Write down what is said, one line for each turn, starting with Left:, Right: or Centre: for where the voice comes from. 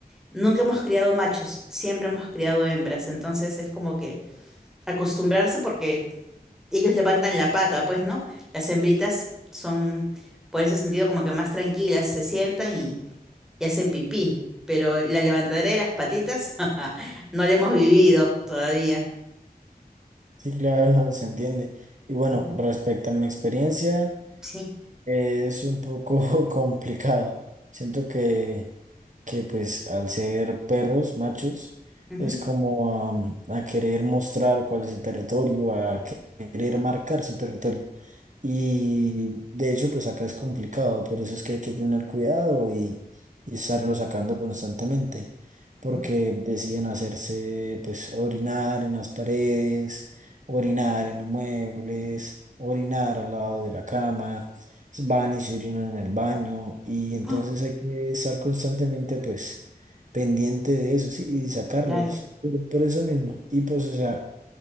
Centre: nunca hemos criado machos, siempre hemos criado hembras, entonces es como que acostumbrarse porque ellos levantan la pata, pues, ¿no? Las hembritas son, por ese sentido, como que más tranquilas, se sientan y, y hacen pipí, pero la levantadera de las patitas <laughs> no la hemos vivido todavía.
Right: Sí, claro, <laughs> se entiende. Y bueno,
Centre: Ujú.
Right: respecto a mi experiencia.
Centre: Sí.
Right: Es un poco <laughs> complicado. Siento que, que pues al ser perros machos
Centre: Ujú,
Right: es como am, a, querer mostrar cuál es su territorio, a querer marcar su territorio. Y de hecho pues acá es complicado, por eso es que hay que tener cuidado y, y estarlo sacando constantemente, porque
Centre: ujú.
Right: deciden hacerse pues orinar en las paredes, orinar en los muebles, orinar al lado de la cama pues, van y se orinan en el baño y entonces
Centre: Ah,
Right: hay que estar constantemente pues pendiente de eso, sí, y sacarlos
Centre: claro.
Right: por, por eso mismo. Y pues, o sea,